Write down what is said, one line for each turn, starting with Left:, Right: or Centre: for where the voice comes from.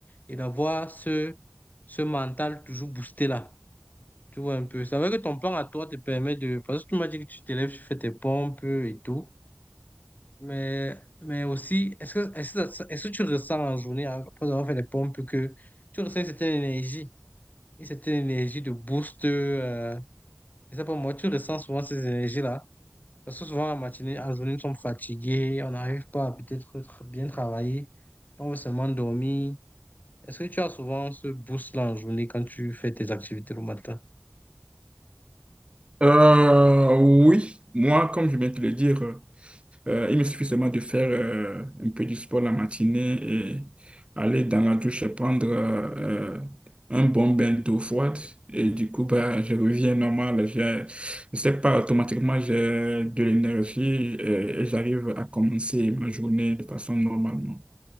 Left: et d'avoir ce, ce mental toujours boosté là. Tu vois un peu. C'est vrai que ton plan à toi te permet de. Parce que tu m'as dit que tu t'élèves, tu fais tes pompes et tout. Mais, mais aussi, est-ce que, est-ce que, ça- est-ce que tu ressens en journée, hein, après avoir fait les pompes, que tu ressens une certaine énergie, une certaine énergie de boost euh, Et ça, pour moi, tu ressens souvent ces énergies-là. Parce que souvent, en matinée, en journée, nous sommes fatigués, on n'arrive pas à peut-être tra- bien travailler. On veut seulement dormir. Est-ce que tu as souvent ce boost-là en journée quand tu fais tes activités le matin?
Right: Euh, oui, moi, comme je viens de te le dire, euh, Euh, il me suffit seulement de faire euh, un peu du sport la matinée et aller dans la douche et prendre euh, euh, un bon bain d'eau froide. Et du coup, bah, je reviens normal. Je ne sais pas, automatiquement, j'ai de l'énergie et, et j'arrive à commencer ma journée de façon normalement.